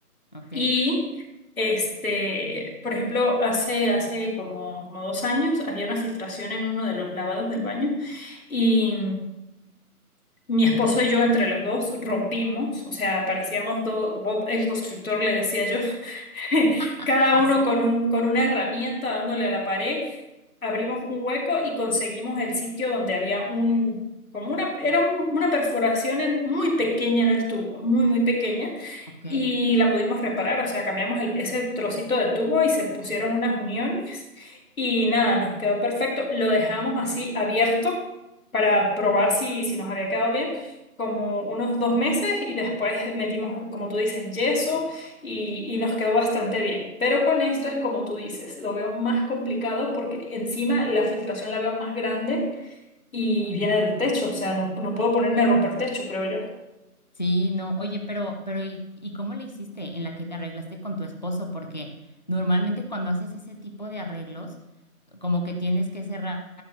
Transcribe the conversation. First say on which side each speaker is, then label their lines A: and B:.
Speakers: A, on the left (about 30°); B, on the left (about 65°).
A: Ok,
B: y Este, por ejemplo, hace, hace como, como dos años había una filtración en uno de los lavados del baño y, Mi esposo y yo entre los dos rompimos, o sea, parecíamos dos, Bob el constructor le decía yo, <laughs>
A: <laughs>
B: cada
A: ya
B: uno
A: sé,
B: con un, con una herramienta dándole a la pared, abrimos un hueco y conseguimos el sitio donde había un, como una, era un- una perforación en- muy pequeña en el tubo, muy, muy pequeña,
A: ok.
B: y la pudimos reparar, o sea, cambiamos el- ese trocito de tubo y se pusieron unas uniones y nada, nos quedó perfecto, lo dejamos así abierto para probar si, si nos había quedado bien. como unos dos meses y después metimos, como tú dices, yeso y, y nos quedó bastante bien. Pero con esto es como tú dices, lo veo más complicado porque encima la filtración la veo más grande y viene del techo, o sea, no, no puedo ponerme a romper techo, creo yo.
A: Sí, no, oye, pero, pero ¿y, y cómo le hiciste en la que te arreglaste con tu esposo? Porque normalmente cuando haces ese tipo de arreglos, como que tienes que cerrar,